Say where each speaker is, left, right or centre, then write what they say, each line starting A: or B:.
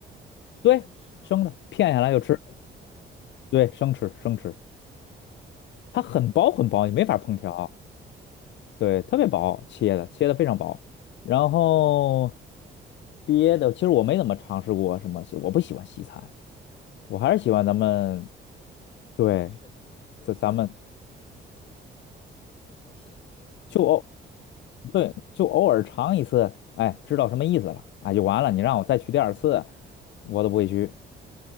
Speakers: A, on the left; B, on the left.
A: 是生吃吗？
B: 对，生的片下来就吃，
A: 哦，
B: 对，生吃生吃，
A: 可以，有机会一定要去。
B: 它很薄很薄，你没法烹调。
A: 嗯，
B: 对，特别薄，切的切的非常薄，然后别的，其实我没怎么尝试过什么西我不喜欢西餐，我还是喜欢咱们，
A: 啊，我也
B: 对，
A: 我也觉得，我觉得西餐确实没有什么特色吧，
B: 咱咱们
A: 因为好吃的不多，反正
B: 就偶，对，就偶尔尝一次，哎，知道什么意思了，哎，就完了。你让我再去第二次，
A: 嗯。
B: 我都不会去。